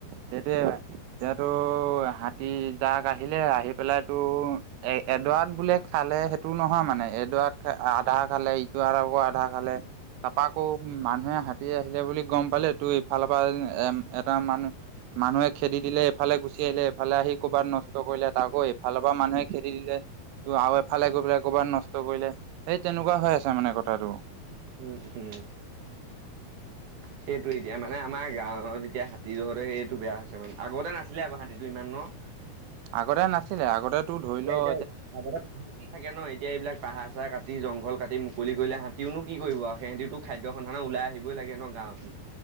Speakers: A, on the right; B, on the right.
A: সেটোয়ে হয় <unintelligible> হাতী যাক আহিলে আহি পেলাই তো এ এডৰাত বোলে খালে সেইটো নহয় মানে। এডৰাত আধা খালে ইটো আকৌ আধা খালে তাৰপা আকৌ মানুহে হাতি হাতি আহিলে বুলি গম পালে তোৰ ইফালৰ পৰা এম এটা মানুহ মানুহে খেদি দিলে এইফালে গুচি গুচি আহিলে ইফালে আহি কৰ'ৰবাত নষ্ট কৰিলে তাআকৈ ইফালৰ পৰা মানুহে খেদি দিলে। আৰু এফালে গৈ পেলাই কৰৰবাত নষ্ট কৰিলে, সেই তেনেকুৱা হৈ আছে মানে কথাটো।
B: উম উম। সেইটো এতিয়া মানে আমাৰ গাঁৱত এতিয়া হাতীটো জহতে সেইটো বেয়া হৈছে মানে, আগতে নাছিলে আক হাতীটো ইমান ন? <unintelligible>
A: আগতে নাছিলে আগতে তোৰ ধৰি
B: এতিয়া
A: লও
B: এতিয়া আগতে থাকে ন, এতিয়া এইবিলাক পাহাৰ চাহ কাটি জংঘল কি মুকলি কৰিলে হাততিওনো কি কৰিব আৰু সেই হহতিটোো খাদ্য স মানে ওলাই আহিবই লাগে ন গাঁৱ পি